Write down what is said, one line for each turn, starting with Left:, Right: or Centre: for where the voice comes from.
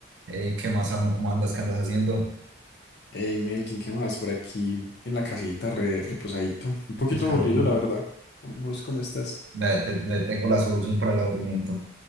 Right: Ey, ¿qué más amo? ¿Cómo andas? ¿Qué andas haciendo?
Left: Hey Melkin, ¿qué más? Por aquí en la casita, re- reposadito. Un poquito
Right: Descansando.
Left: aburrido,
Right: un
Left: la
Right: poco.
Left: verdad. ¿Vos cómo estás?
Right: Le, te- le tengo la solución para el aburrimiento.